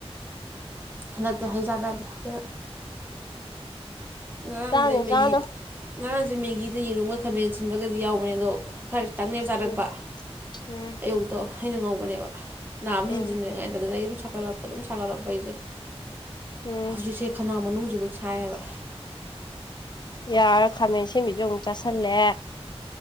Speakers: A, on the right; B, on the left.
A: ꯍꯟꯗꯛꯇꯤ ꯍꯩꯖꯕ ꯌꯥꯗꯦ ꯑꯗ ꯉꯔꯥꯡꯁꯦ
B: ꯆꯥꯅꯨ
A: ꯃꯦꯒꯤ
B: ꯆꯥꯅꯨ
A: ꯉꯔꯥꯡꯁꯦ ꯃꯦꯒꯤꯗ ꯌꯦꯔꯨꯝꯒ ꯈꯥꯃꯦꯟ ꯁꯤꯟꯕꯒꯗꯤ ꯌꯥꯎꯕꯅꯦ ꯑꯗꯣ ꯈꯔ ꯆꯪꯅꯦ ꯆꯥꯔꯛꯄ
B: ꯎꯝ ꯎꯝ
A: ꯑꯌꯨꯛꯇꯣ ꯍꯩꯅ ꯉꯧꯕꯅꯦꯕ ꯅꯥꯕ
B: ꯎꯝ
A: ꯍꯦꯟꯖꯤꯟꯗ꯭ꯔꯤꯉꯥꯏꯗ ꯑꯗꯨꯗ ꯑꯩ ꯑꯗꯨꯝ ꯁꯥꯒꯠꯂꯛꯄ ꯑꯗꯨꯝ ꯁꯥꯒꯠꯂꯛꯄ ꯑꯩꯁꯦ
B: ꯎꯝ
A: ꯍꯧꯖꯤꯛꯁꯦ ꯈꯅꯥꯎ ꯃꯅꯨꯡꯁꯤꯕ ꯁꯥꯏꯑꯕ
B: <inaudible> ꯌꯥꯔ ꯈꯥꯃꯦꯟ ꯁꯦꯝꯕꯤꯁꯨ ꯑꯃꯨꯛ ꯆꯥꯁꯤꯜꯂꯦ